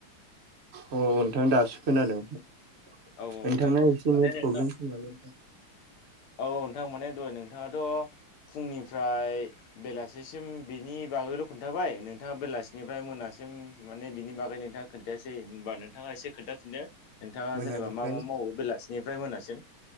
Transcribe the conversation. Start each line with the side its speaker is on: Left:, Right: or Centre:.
Right: औ नोंथां दासो खोनादों नोंथांा
Left: औ नोंथां
Right: एसे
Left: माने
Right: नेट
Left: नोंथां
Right: प्रब्लेमस नालाय नोंथां <inaudible> <unintelligible>
Left: औ नोंथां माने दह नोंथाङाथ' फुंनिफ्राय बेलासिसिम बिनि नि बागैल' खोनन्थाबायोंथाङा बेलासिनिफ्राय मोनासिम माने बिनि बागै नोंथाङा खोन्थायासै होनबा नोंथाङा एसे खोनथाफिनदो नोंथाङा
Right: मोनानिफ्राय
Left: जेनेबा मा मा मावो बेलासिनिफ्राय मोनासिम